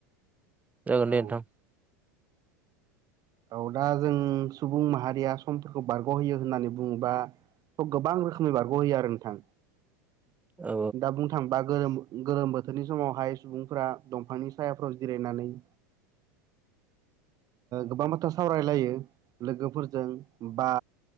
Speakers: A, on the right; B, on the right.
A: जागोन
B: औ
A: दे नोंथां।
B: औ दा जों सुबुं माहारिया समफोरखौ बारग'होयो होननानै बुङोबा थ' गोबां रोखोमनि बारग'हैयो आरो नोंथां
A: औ
B: दा बुंनो थांबा गोरोम गोरोम बोथोरनि समावहाय सुबुंफोरा दंफांनि सायाफ्राव जिरायनानै ओ गोबां बाथ सावरायलायो लोगोफोरजों बा